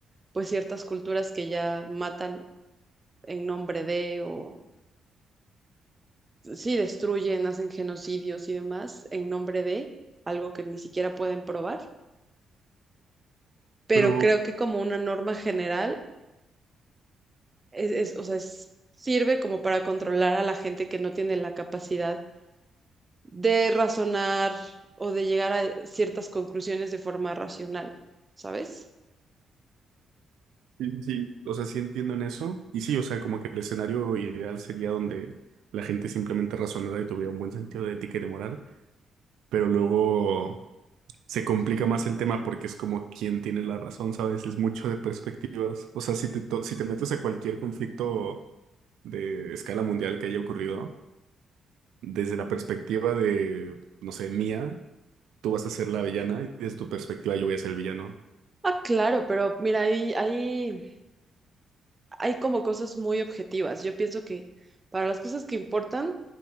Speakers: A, on the right (about 25°); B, on the right (about 80°).
A: pues ciertas culturas que ya matan en nombre de o sí destruyen, hacen genocidios y demás en nombre de algo que ni siquiera pueden probar. Pero
B: Pero
A: creo que como una norma general, es, es- o sea, es- sirve como para controlar a la gente que no tiene la capacidad de razonar o de llegar a ciertas conclusiones de forma racional, ¿sabes?
B: Sí, sí, sí. o sea, sí entiendo en eso. Y sí, o sea, como que el escenario ideal sería donde la gente simplemente razonara y tuviera un buen sentido de ética y de moral, pero luego se complica más el tema porque es como quién tiene la razón, ¿sabes? Es mucho de perspectivas. O sea, si te, to- si te metes a cualquier conflicto de escala mundial que haya ocurrido, desde la perspectiva de, no sé, mía, tú vas a ser la villana y desde tu perspectiva yo voy a ser el villano.
A: Ah, claro, pero mira, hay, hay, hay como cosas muy objetivas. Yo pienso que para las cosas que importan